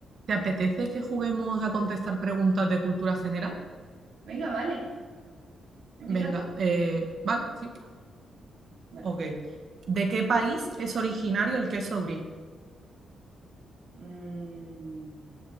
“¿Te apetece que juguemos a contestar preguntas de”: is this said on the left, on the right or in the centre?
Right